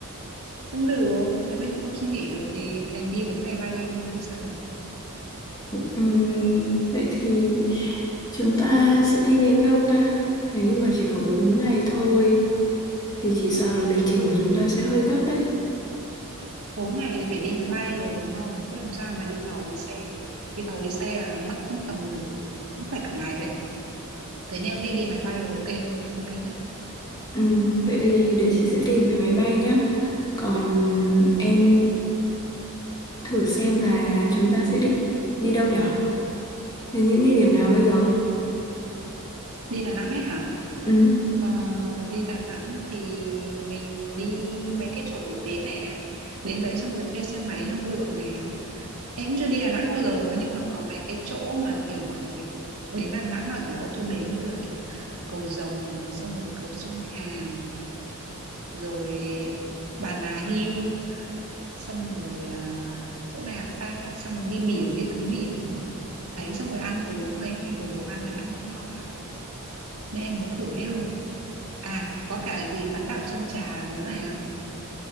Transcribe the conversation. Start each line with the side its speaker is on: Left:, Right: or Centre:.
Right: cũng được. Nếu mà chị không suy nghĩ được thì đành đi 4 ngày 3 đêm thôi chứ sao giờ.
Left: Ừm, vậy thì chúng ta sẽ đi những đâu ta nếu như mà chỉ có 4 ngày thôi thì chỉ sợ là lịch trình
Right: Lự-
Left: của chúng ta sẽ hơi gấp đấy
Right: 4 ngày thì phải đi máy bay rồi đúng không? Chứ làm sao mà đi tàu đi xe được. Đi tàu đi xe là mất tầm nửa cũng phải cả ngày đấy thế nên em nghĩ đi máy bay là ok hơn ok nhất
Left: Ừ, vậy thì để chị sẽ tìm về máy bay nhá. Còn em thử xem là chúng ta sẽ định đi đâu nhở? Đến những địa điểm nào bây
Right: Ừ.
Left: giờ?
Right: đi Đà Nẵng ấy hả
Left: Ừ,
Right: Ờ, đi Đà Nẵng thì mình đi mấy cái chỗ nổi tiếng này á. đến đấy xong rồi thuê xe máy hâm lượng này á. em chưa đi Đà Nẵng bao giờ nhưng mà có mấy cái chỗ mà kiểu mọi người đến Đà Nẵng là kiểu auto đến như là kiểu cầu Rồng xong rồi cầu sông Hàn rồi Bà Nà Hill xong rồi à, chỗ nào ta xong rồi đi biển đi tắm biển đấy xong rồi ăn uống ấy nghe đồn đồ ăn Đà Nẵng cũng ngon lắm nên em muốn thử hết luôn à có cả gì bán đảo Sơn Trà rồi nữa này á.